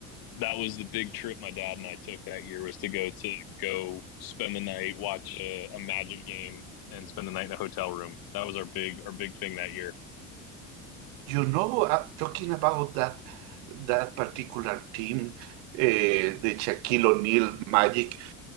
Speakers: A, on the left; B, on the right.
A: that was the big trip my dad and I took that year was to go to go spend the night, watch a, a Magic game, and spend the night in a hotel room. That was our big our big thing that year.
B: You know, uh, talking about that that particular team, uh, the Shaquille O'Neal Magic